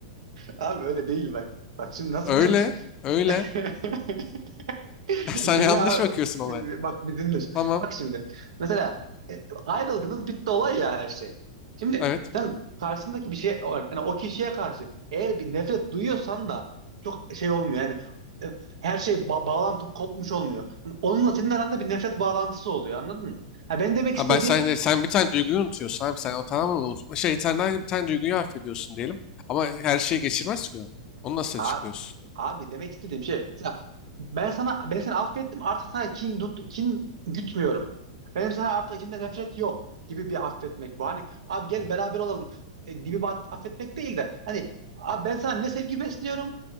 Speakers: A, on the right; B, on the left.
A: abi öyle değil bak. Bak şimdi nasıl
B: Öyle.
A: biliyor musun?
B: Öyle.
A: <laughs>
B: <laughs> Sen
A: Bir dinle
B: yanlış
A: abi.
B: bakıyorsun olaya.
A: Bir- bir- Bak bir dinle. şimdi.
B: Tamam.
A: Bak şimdi. Mesela e, ayrıldınız bitti olay ya her şey. Şimdi
B: Evet.
A: sen karşısındaki bir şey yani o kişiye karşı eğer bir nefret duyuyorsan da çok şey olmuyor yani e, her şey ba- bağlantı kopmuş olmuyor. Hani onunla senin aranda bir nefret bağlantısı oluyor anladın mı? Ha, ben demek
B: Abi
A: istediğim
B: ben sen, hani, sen bir tane duyguyu unutuyorsun abi. Sen o tamamen unutma. Şey, sen de bir tane duyguyu affediyorsun diyelim. Ama her şeyi geçirmez ki o. Onu nasıl
A: Abi,
B: açıklıyorsun?
A: abi demek istediğim şey mesela ben sana ben seni affettim artık sana kin tut kin gütmüyorum. Benim sana artık içimde nefret yok gibi bir affetmek bu. Hani abi gel
B: Hı.
A: beraber olalım e, gibi bir aff- affetmek değil de hani abi ben sana ne sevgi besliyorum